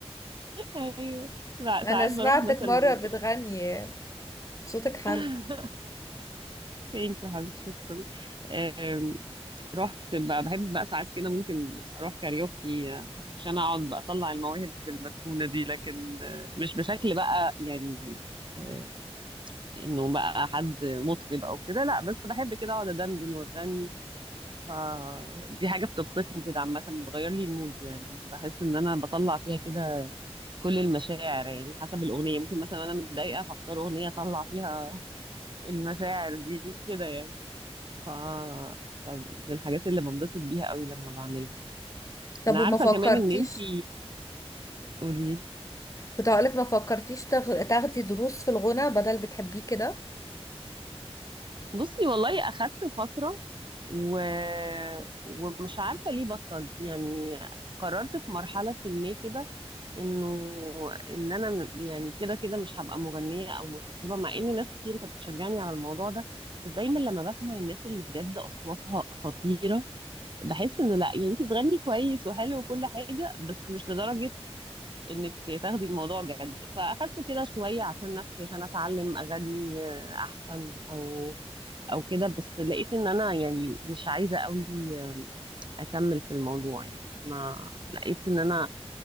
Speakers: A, on the right; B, on the left.
A: ايوه لا
B: انا
A: ساعات
B: سمعتك
A: بروح مثلا
B: مرة بتغني صوتك حلو
A: <laughs> ثانك يو حبيبتي شكرا آم، رحت بقى بحب بقى ساعات كده ممكن اروح كاريوكي آه، عشان اقعد بقى اطلع المواهب المدفونة دي لكن آه، مش بشكل بقى يعني آه، انه بقى حد مطرب او كده لا بس بحب كده اقعد ادندن واغني فدي حاجة بتبسطني كده عامة بتغير لي المود يعني بحس ان انا بطلع فيها كده كل المشاعر يعني حسب الأغنية ممكن مثلا أنا متضايقة فأختار أغنية أطلع فيها المشاعر دي كده يعني ف... فبالحاجات اللي بنبسط بيها قوي لما بعملها
B: طب
A: انا
B: وما
A: عارفة
B: فكرتيش
A: كمان ان انتي قولي
B: كنت هقولك ما فكرتيش تاخ- تاخدي دروس في الغنى بدل بتحبيه كده
A: بصي والله اخدت فترة و... ومش عارفة ليه بطلت يعني قررت في مرحلة ما كده انه ان انا م- يعني كده كده مش هبقى مغنية او مطربة مع ان ناس كتير كانت بتشجعني على الموضوع ده بس دايما لما بسمع الناس اللي بجد اصواتها خطيرة بحس انه لا يعني انت بتغني كويس وحلو وكل حاجه بس مش لدرجه انك تاخدي الموضوع جد فاخدته كده شويه عشان نفسي عشان اتعلم اغني آه، احسن او او كده بس لقيت ان انا يعني مش عايزه قوي آه، اكمل في الموضوع يعني ما لقيت ان انا